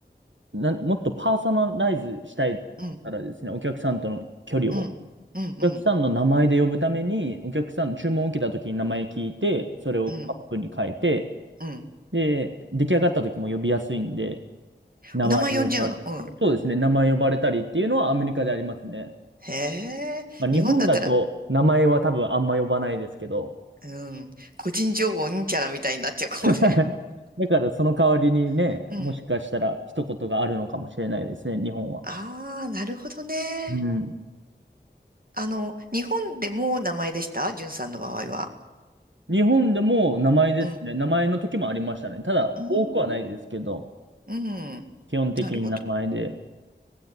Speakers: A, on the right; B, on the right.
A: な、もっとパーソナライズしたいからですね、
B: うん、
A: お客さんとの距離を。
B: うん、うん、
A: お客さんの名前で呼ぶために、
B: うん、
A: お客さん、注文を受けたときに名前聞いて、それをカップに変えて、
B: うん。うん。
A: で、出来上がった時も呼びやすいんで、名前で呼ば、
B: 名前呼んじゃうのうん。
A: そうですね、名前呼ばれたりっていうのはアメリカでありますね。
B: へえ。
A: まあ、日本だと名前は多分あんま呼ばないですけど、
B: 日本だったら、うん。個人情報うんちゃらみたいになっちゃうかもね。
A: <laughs> だからその代わりにね、
B: <laughs> うん。
A: もしかしたら一言があるのかもしれないですね、日本は。
B: ああ、なるほどね。
A: うん。
B: あの、日本でも名前でしたじゅんさんの場合は。
A: 日本でも名前ですね。
B: うん。
A: 名前の時もありましたね。ただ、
B: うーん。
A: 多くはないですけど、
B: うん。
A: 基本的に名前で。
B: なるほど。